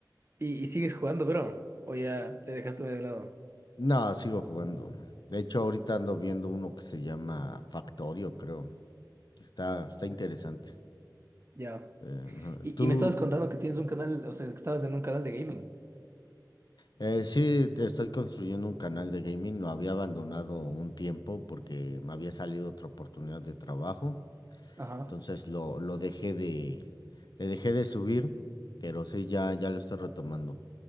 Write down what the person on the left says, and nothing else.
No, sigo jugando. De hecho, ahorita ando viendo uno que se llama Factorio, creo. Está, está interesante.
Eh, ajá.
¿tú,
Eh, sí, te- estoy construyendo un canal de gaming. Lo había abandonado un tiempo porque me había salido otra oportunidad de trabajo.
Entonces lo, lo dejé de, le dejé de subir, pero sí, ya, ya lo estoy retomando.